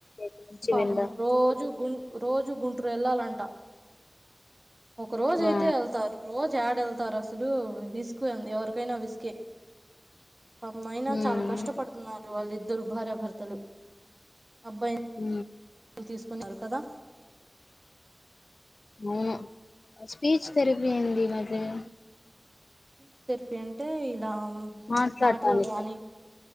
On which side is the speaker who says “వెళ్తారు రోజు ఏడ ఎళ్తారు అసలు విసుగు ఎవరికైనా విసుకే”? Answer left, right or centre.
Right